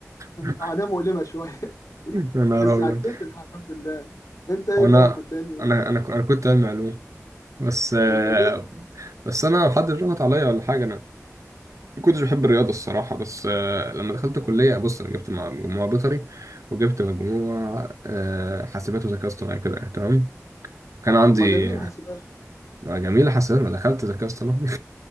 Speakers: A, on the right; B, on the left.
A: <laughs>
B: معاناه مؤلمه شويه <laughs>
A: يا نهار
B: بس
A: أبيض
B: عديت الحمد لله انت ايه
A: وأنا
B: طيب كنت علمي ايه
A: أنا أنا أنا ك- انا كنت علمي علوم بس آه،
B: علمي علوم
A: بس أنا حد ضغط عليا ولا حاجة أنا ما كنتش بحب الرياضة الصراحة بس آه، لما دخلت كلية بص أنا جبت مع- مجموعة بيطري وجبت مجموعة آه، حاسبات وذكاء اصطناعي كده يعني، تمام كان عندي
B: طب ما جميل حاسبات
A: جميلة حاسبات ما دخلت ذكاء اصطناعي <laughs>